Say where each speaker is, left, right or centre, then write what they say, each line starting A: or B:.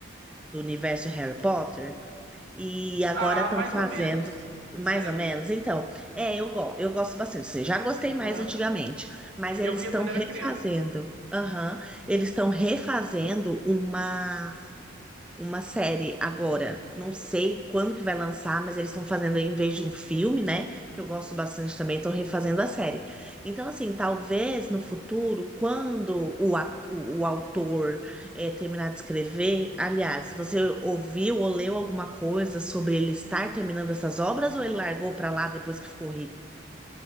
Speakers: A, in the centre; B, on the right.
A: do universo Harry Potter, e agora
B: Ah,
A: estão
B: mais
A: fazendo
B: ou menos, sinceramente.
A: mais ou menos. Então, é, eu, go- eu gosto bastante. Assim, já gostei mais
B: Aham.
A: antigamente, mas
B: Eu
A: eles
B: via
A: estão
B: quando era
A: refazendo.
B: criança.
A: Aham, eles estão refazendo uma uma série agora. Não sei quando que vai lançar, mas eles estão fazendo em vez de um filme, né? Que eu gosto bastante também, estão refazendo a série. Então, assim, talvez no futuro, quando o, a- o, o autor eh, terminar de escrever, aliás, você ouviu ou leu alguma coisa sobre ele estar terminando essas obras ou ele largou pra lá depois que ficou rico?